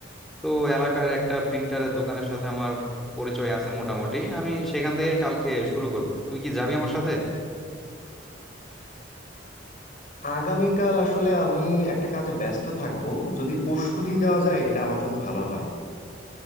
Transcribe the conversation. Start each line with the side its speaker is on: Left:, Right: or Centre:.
Centre: তো এলাকার একটা প্রিন্টারের দোকানের সাথে আমার পরিচয় আছে মোটামুটি আমি সেখান থেকে কালকে শুরু করব তুই কি যাবি আমার সাথে
Left: আগামীকাল আসলে আমি একটা কাজে ব্যস্ত থাকবো যদি পরশু দিন যাওয়া যায় এটা আমার জন্য ভালো হয়